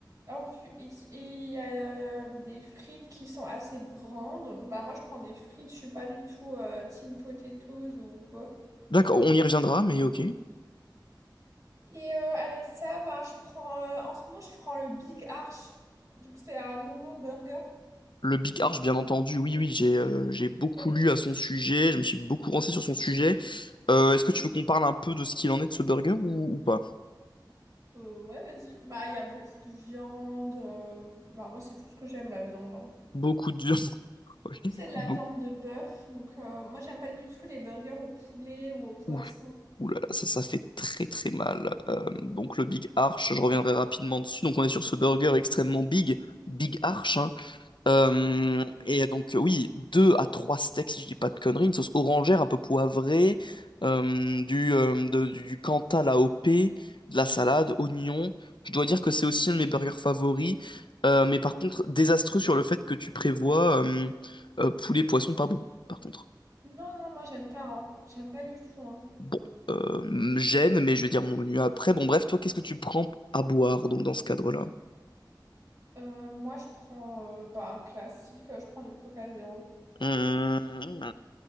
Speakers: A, on the right; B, on the left.
A: Oh, fu- il s- il y a euh, des frites qui sont assez grandes. Bah moi je prends des frites, je suis pas du tout euh, team potatoes ou quoi.
B: D'accord, on y reviendra, mais ok.
A: Et euh, avec ça, bah, je prends euh, en ce moment je prends le Big Arch. Donc c'est un nouveau burger.
B: Le Big Arch, bien entendu, oui, oui, j'ai euh, j'ai beaucoup
A: Tu connais?
B: lu à son sujet, je me suis beaucoup renseigné sur son sujet. Euh, est-ce que tu veux qu'on parle un peu de ce qu'il en est de ce burger ou, ou pas?
A: Euh, ouais, vas-y. Bah il y a beaucoup de viande. euh, Bah moi c'est tout ce que j'aime la viande. hein.
B: Beaucoup de Oui,
A: C'est de la
B: beaucoup.
A: viande de bœuf. Donc euh, moi j'aime pas du tout les burgers au poulet ou au poisson.
B: Ouh là là, ça, ça fait très très mal. Euh, donc le Big Arch, je reviendrai rapidement dessus. Donc on est sur ce burger extrêmement big, Big Arch. hein. Euh, et donc euh, oui, deux à trois steaks si je dis pas de conneries, une sauce orangère un peu poivrée, euh, du, euh, de- du du Cantal AOP, de la salade, oignons. Je dois dire que c'est aussi un de mes burgers favoris. Euh, mais par contre, désastreux sur le fait que tu prévois euh, euh, poulet poisson pas bon, par contre.
A: Non, non, moi j'aime pas. hein. J'aime pas du tout. hein.
B: Bon, euh, me gêne, mais je vais dire mon menu après. Bon, bref, toi, qu'est-ce que tu prends à boire, donc, dans ce cadre-là?
A: Euh, moi, je prends euh, bah, un classique, euh, je prends du Coca Zéro.
B: Mmh.